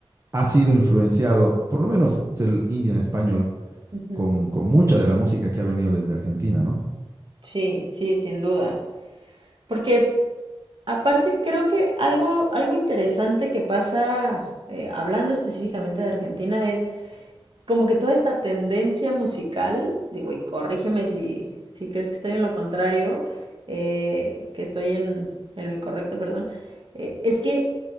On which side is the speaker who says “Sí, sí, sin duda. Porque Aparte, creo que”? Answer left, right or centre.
Right